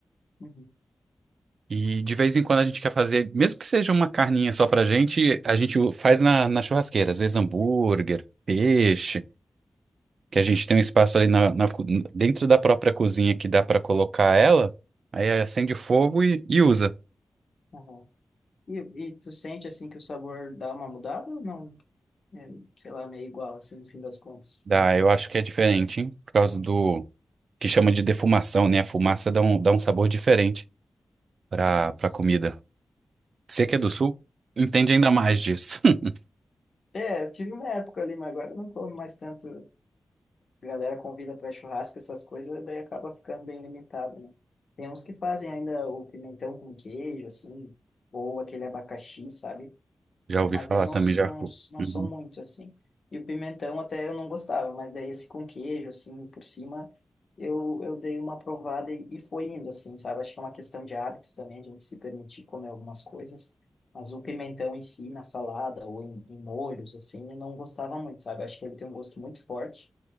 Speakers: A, on the left; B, on the right.
A: Uhum.
B: E de vez em quando a gente quer fazer, mesmo que seja uma carninha só pra gente, a gente o- faz na, na churrasqueira, às vezes hambúrguer, peixe, que a gente tem um espaço ali na, na co- dentro da própria cozinha que dá pra colocar ela, aí acende o fogo e, e usa.
A: Aham. E, e tu sente, assim, que o sabor dá uma mudada ou não? É, sei lá, meio igual, assim, no fim das contas.
B: Dá, eu acho que é diferente, hein? Por causa
A: Muito
B: do que chama de defumação, né? A fumaça dá um, dá um sabor diferente pra, pra
A: assim,
B: comida. Você
A: intenso.
B: que é do sul, entende ainda mais disso. <laughs>
A: É, eu tive uma época ali, mas agora eu não como mais tanto A galera convida para churrasco, essas coisas, daí acaba ficando bem limitado, né? Tem uns que fazem ainda o pimentão com queijo, assim, ou aquele abacaxi, sabe?
B: Já ouvi
A: Mas
B: falar
A: eu não,
B: também,
A: s-
B: já.
A: não, s- não
B: Uhum.
A: sou muito, assim. E o pimentão até eu não gostava, mas daí esse com queijo, assim, por cima, eu, eu dei uma provada e, e foi indo, assim, sabe? Acho que é uma questão de hábito também, a gente se permitir comer algumas coisas. Mas o pimentão em si, na salada ou em, em molhos, assim, eu não gostava muito, sabe? Acho que ele tem um gosto muito forte